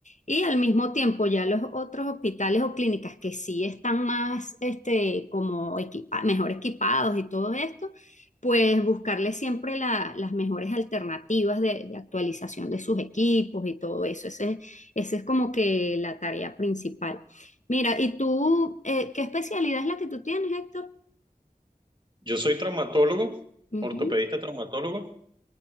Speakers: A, on the left (about 50°); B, on the right (about 30°).
A: Y al mismo tiempo ya los otros hospitales o clínicas que sí están más este, como equipa- mejor equipados y todo esto, pues buscarle siempre la- las mejores alternativas de, de actualización de sus equipos y todo eso. Ese, ese es como que la tarea principal. Mira, ¿y tú eh, qué especialidad es la que tú tienes, Héctor?
B: Yo soy traumatólogo,
A: Ujú,
B: ortopedista traumatólogo,